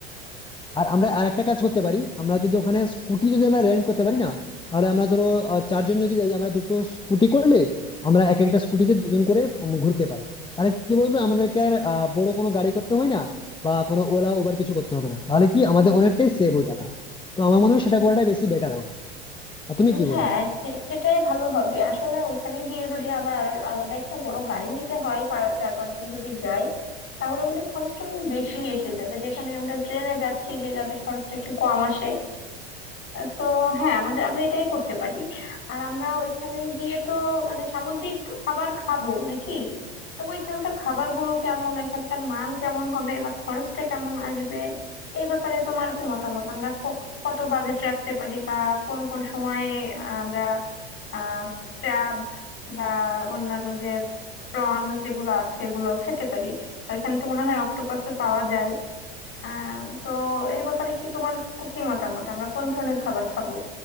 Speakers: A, on the left (about 15°); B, on the left (about 40°).
A: আর আমরা আর একটা কাজ করতে পারি আমরা যদি ওখানে স্কুটি যদি আমরা রেন্ট করতে পারি না তাহলে আমরা ধরো আহ, চারজন যদি যাই আমরা দুটো স্কুটি করলে আমরা এক একটা স্কুটিতে দুজন করে উম, ঘুরতে পারি তাহলে কি বলতো আমাদেরকে আর আহ, বড় কোনো গাড়ি করতে হয় না বা কোনো ওলা উবার কিছু করতে হবে না তাহলে কি আমাদের অনেকটাই সেভ ওই টাকা তো আমার মনে হয় সেটা করাটাই বেশি বেটার হবে আর তুমি কি
B: হ্যাঁ
A: বলো
B: সে- সেটাই ভালো হবে আসলে ওইখানে গিয়ে যদি আবার আর- আলাদা একটা বড় গাড়ি নিতে হয় পা- চার পাঁচজন যদি যায় তাহলে আমাদের খরচটা অনেক বেশি এসে যাবে যেখানে আমরা ট্রেনে যাচ্ছি যে যাতে খরচটা একটু কম আসে সো হ্যাঁ আমাদের আমরা এটাই করতে পারি আর আমরা ওইখানে গিয়ে তো মানে সামুদ্রিক খাবার খাবো নাকি তো ওইখানকার খাবারগুলো কেমন ওইখানকার মান কেমন হবে বা খরচটা কেমন আসবে এই ব্যাপারে তোমার কি মতামত আমরা ক- কত বাজেট রাখতে পারি বা কোন কোন সময়ে আমরা আহ ক্র্যাব বা অন্যান্য যে প্রন যেগুলো আছে এগুলো খেতে পারি ওইখানে তো মনে হয় অক্টোপাসও পাওয়া যায় আহ তো এই ব্যাপারে কি তোমার কি কি মতামত আমরা কোন ধরনের খাবার খাবো